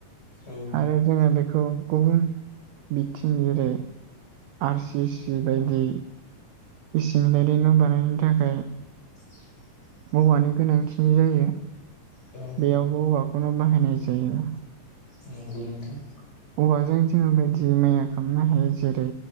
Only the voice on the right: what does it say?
आरो जोङो बेखौ गुबुन बिथिं जेरै आर सि सि बायदि इसिमिटारि न' बानायनो थाखाय
औवानि गोनांथि जायो।
बेयावबो औवाखौनो बाहायनाय जायो।
औवाजों जोङो बायदि मैया खालामनो हायो जेरै